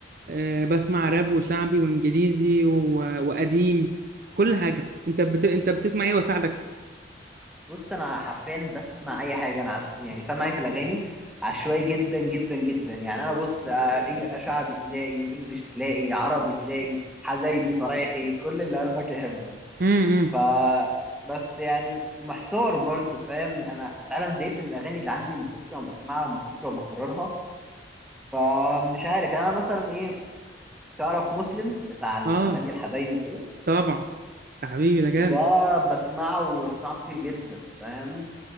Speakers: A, on the right; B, in the centre.
A: آه، بسمع راب وشعبي وانجليزي و- وقديم كل حاجه انت بت... انت بتسمع ايه واساعدك
B: بص انا حرفيا بسمع اي حاجه انا عس... يعني سامع ايه في الاغاني عشوائي جدا جدا جدا يعني انا بص آه، إنج- شعبي تلاقي انجليش تلاقي عربي تلاقي حزيني فرايحي كل اللي قلبك يحبه
A: امم
B: ف بس يعني محتار برضو فاهم انا فعلا زهقت من الاغاني اللي عندي من كتر ما بسمعها ومن كتر ما بكررها فمش عارف يعني انا مثلا ايه تعرف مسلم بتاع الاغاني
A: اه
B: الحزيني وكده
A: طبعا يا حبيبي ده جامد
B: ده بسمعه وبسمعه كتير جدا فاهم